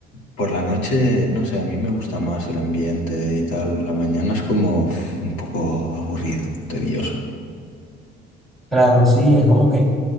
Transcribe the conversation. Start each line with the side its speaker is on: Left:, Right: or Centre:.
Left: por la noche, no sé, a mí me gusta más el ambiente y tal. La mañana es como uf, un poco aburrido, tedioso.
Centre: Claro, sí, es como que